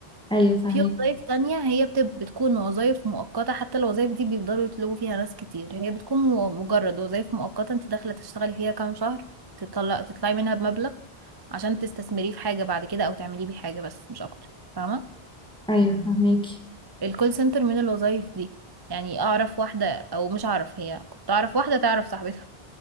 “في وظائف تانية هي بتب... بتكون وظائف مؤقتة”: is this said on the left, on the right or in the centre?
Right